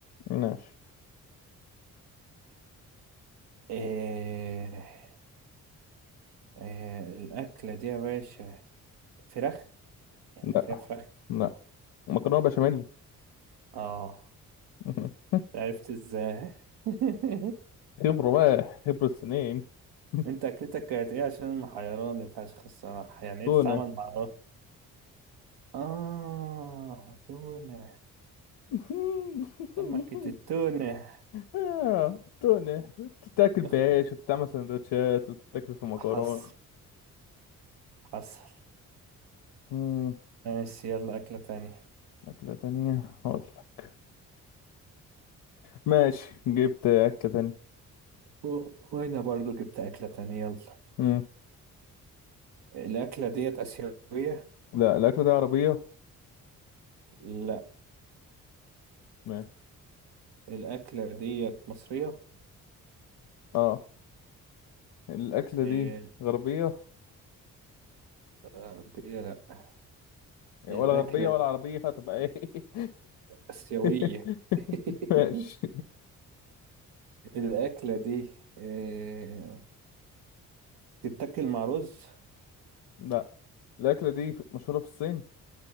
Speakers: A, on the left; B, on the right.
A: ماشي
B: إيه... إيه... الأكلة دي يا باشا فراخ؟ يعني
A: لا
B: فيها فراخ
A: لا مكرونة بشاميل
B: اه
A: <laughs>
B: عرفت ازاي <laughs>
A: خبرة بقى خبرة سنين <laughs>
B: انت اكلتك كانت ايه عشان محيراني فشخ الصراحة يعني
A: تونة
B: ايه تتعامل مع الرز؟ اه تونة
A: <laughs>
B: سمكة التونة
A: آه، تونة تتاكل بعيش
B: أخ،
A: وتتعمل سندوتشات وتتاكل في مكرونة
B: حصل حصل
A: مم.
B: ماشي يلا أكلة تانية
A: أكلة تانية أقول لك ماشي جبت أكلة تانية
B: و- وأنا برضو جبت أكلة تانية يلا
A: مم.
B: الأكلة ديت آسيوية
A: لا الأكلة دي عربية
B: لا
A: ماشي
B: الأكلة ديت مصرية
A: اه الأكلة
B: إيه،
A: دي غربية
B: الغربية لا
A: يعني
B: الأكلة
A: ولا غربية ولا عربية هتبقى ايه
B: آسيوية
A: <laughs>
B: <laughs>
A: ماشي
B: الأكلة دي آه، تتاكل مع رز؟
A: لا الأكلة دي مشهورة في الصين